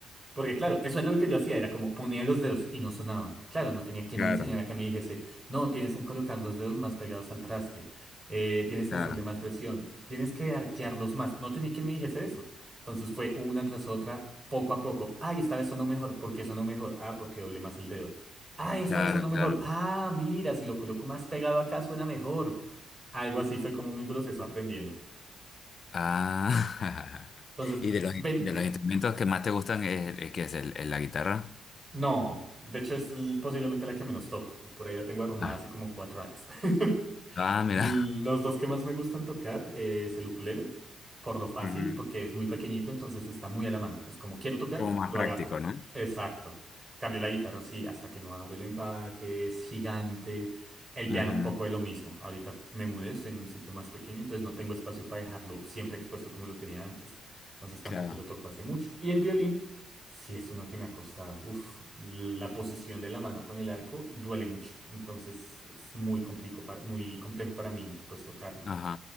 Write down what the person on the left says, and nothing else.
Claro,
claro,
claro,
claro.
Ah, <laughs>
y de los,
de los instrumentos que más te gustan es, es que es el, el- la guitarra.
Ah,
ah, mira.
<laughs> Ujú.
Como más
práctico,
¿no?
Ujú,
Claro,
ajá,